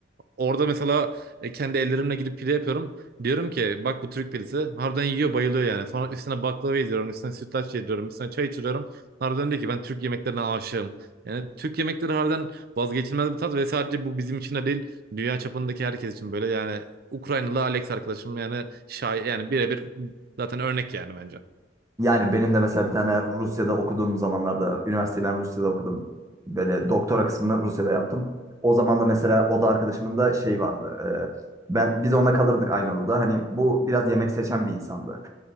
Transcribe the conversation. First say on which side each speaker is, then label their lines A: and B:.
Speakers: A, on the right (about 55°); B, on the right (about 15°).
A: Orada mesela e, kendi ellerimle gidip pide yapıyorum. Diyorum ki bak bu Türk pidesi. Harbiden yiyor bayılıyor yani. Sonra üstüne baklava yediriyorum. Üstüne sütlaç yediriyorum. Üstüne çay içiriyorum. Harbiden diyor ki ben Türk yemeklerine aşığım. Yani Türk yemekleri harbiden vazgeçilmez bir tat ve sadece bu bizim için de değil. Dünya çapındaki herkes için böyle yani Ukraynalı Alex arkadaşım yani şay yani birebir zaten örnek yani bence.
B: Yani benim de mesela bir tane Rusya'da okuduğum zamanlarda, üniversiteyi ben Rusya'da okudum. Böyle doktora kısmını Rusya'da yaptım. O zaman da mesela oda arkadaşımın da şey vardı. e, ben biz onunla kalırdık aynı odada. Hani bu biraz yemek seçen bir insandı